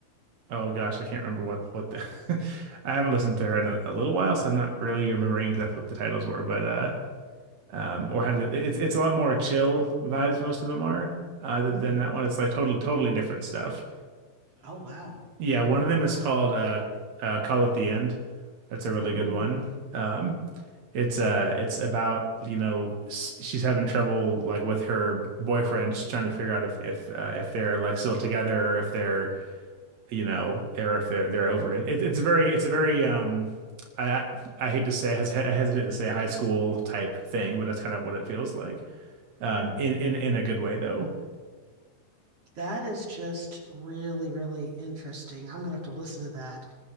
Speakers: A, on the right; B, on the right.
A: oh gosh, I can't remember what what the <laughs> I haven't listened to her in a, a little while, so I'm not really remembering exactly what the titles were, but uh um or how did it's it's a lot more chill vibes most of them are uh th-
B: Mm.
A: than that one. It's like total totally different stuff.
B: Oh wow.
A: Yeah, one of them is called uh uh Call at the End. That's a really
B: Oh,
A: good one. Um, It's uh it's about, you know, s- she's having trouble like with her boyfriend. She's trying to figure out if if uh, if they're like still together or if they're, you know, or if they're they're over it. it it's a very it's a very um I I hate to say I hes- I hesitate to say high school type thing, but that's kind of what it feels like. Um in in in a good way though.
B: that is just really, really interesting. I'm gonna have to listen to that.